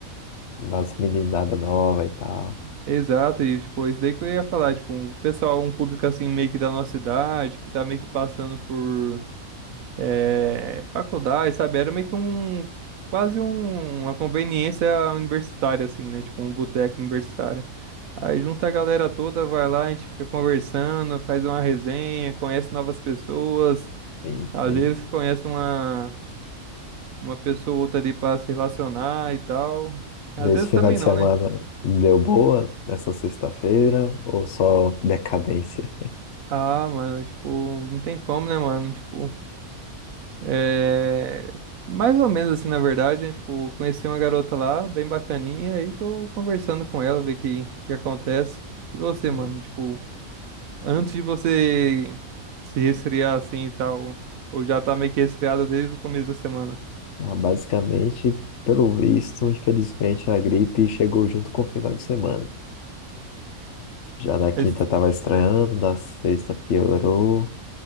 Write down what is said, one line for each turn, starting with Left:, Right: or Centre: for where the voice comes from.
Left: umas meninadas novas e tal.
Right: exato, e tipo, isso daí que eu ia falar, tipo, um pessoal, um público assim, meio que da nossa idade, que tá meio que passando por é, faculdade, sabe? Era meio que um, quase um- uma conveniência universitária, assim, né? Tipo um boteco universitário. Aí junta a galera toda, vai lá, a gente fica conversando, faz uma resenha, conhece novas pessoas,
Left: Sim,
Right: às
Left: sim.
Right: vezes conhece uma, uma pessoa ou outra ali pra se relacionar e tal. Às
Left: Nesse
Right: vezes
Left: final
Right: também
Left: de
Right: não,
Left: semana
Right: né?
Left: deu boa nessa sexta-feira ou só decadência? <laughs>
Right: Ah, mano, tipo, não tem como, né, mano? Tipo, É, mais ou menos assim, na verdade, né? Tipo, conheci uma garota lá, bem bacaninha, e tô conversando com ela, ver o que, que acontece. E você,
Left: Hum.
Right: mano, tipo, antes de você se resfriar assim e tal, ou já tá meio que resfriado desde o começo da semana.
Left: Ah, basicamente, pelo visto, infelizmente a gripe chegou junto com o final de semana. Já na quinta
Right: Mas,
Left: tava estranhando, na sexta piorou,